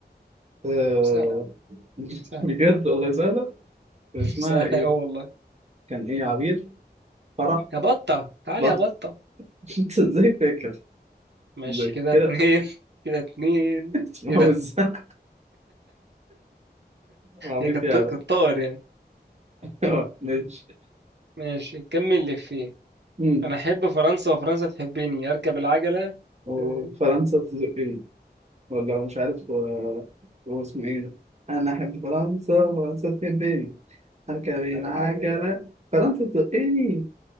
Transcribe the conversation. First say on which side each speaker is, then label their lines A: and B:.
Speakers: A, on the right; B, on the right.
A: آه
B: سهلة سهلة
A: بجد والله سهلة كان
B: <laughs>
A: اسمها
B: سهلة
A: ايه؟
B: اوي والله
A: كان ايه عبير فرح
B: يا بطة تعالي
A: بط
B: يا بطة
A: <laughs> انت ازاي فاكر؟
B: ماشي
A: ازاي
B: كده
A: كده
B: اتنين <laughs> كده اتنين
A: <laughs> اسمها
B: ايه ده
A: وزة عبيط
B: هي كانت
A: يعني
B: ط- كانت طائر يعني
A: آه، ماشي
B: ماشي كمل اللي فيه
A: أمم.
B: انا احب فرنسا وفرنسا تحبني اركب العجلة
A: وفرنسا
B: اه،
A: تزقني ولا مش عارف آه، هو اسمه ايه ده؟ انا احب فرنسا فرنسا تحبني اركب العجلة
B: اركب العجلة
A: فرنسا تزقني